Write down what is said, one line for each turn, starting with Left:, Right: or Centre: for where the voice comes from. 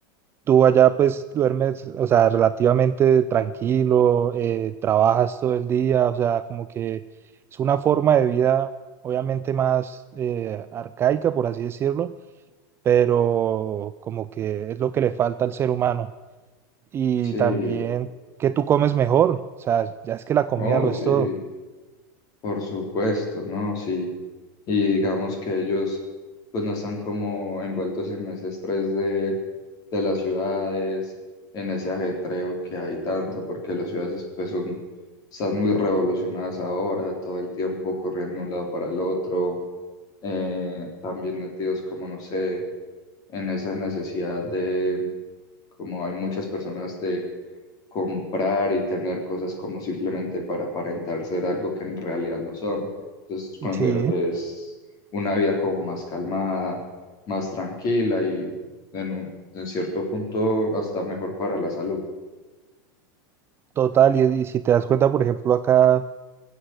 Right: Tú allá pues duermes, o sea, relativamente tranquilo, eh, trabajas todo el día, o sea, como que es una forma de vida obviamente más eh, arcaica, por así decirlo, pero como que es lo que le falta al ser humano. Y
Left: sí,
Right: también que tú comes mejor, o sea, ya es que la comida
Left: oh,
Right: lo
Left: sí,
Right: es todo.
Left: Por supuesto, ¿no? Sí. Y digamos que ellos pues no están como envueltos en ese estrés de, de las ciudades, en ese ajetreo que hay tanto, porque las ciudades pues son, están muy revolucionadas ahora, todo el tiempo corriendo de un lado para el otro, eh, también metidos como, no sé, en esa necesidad de, como hay muchas personas de comprar y tener cosas como simplemente para aparentar ser algo que en realidad no son. Entonces considero
Right: Sí.
Left: que es una vida como más calmada, más tranquila y en un- en cierto punto hasta mejor para la salud.
Right: Total, y, y si te das cuenta, por ejemplo, acá